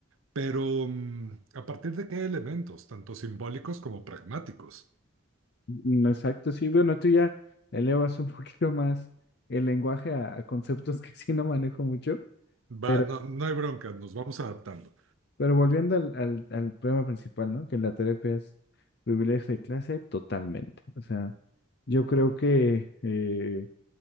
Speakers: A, on the right; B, on the left.
A: pero, mm, ¿a partir de qué elementos, tanto simbólicos como pragmáticos?
B: Mm, Exacto, sí. Bueno, tú ya elevas un <laughs> poquito más el lenguaje a, a conceptos que sí no manejo mucho, pero,
A: Va, no, no hay bronca, nos vamos adaptando.
B: pero volviendo al, al, al problema principal, ¿no? Que la terapia es privilegio de clase totalmente. O sea, yo creo que, eh,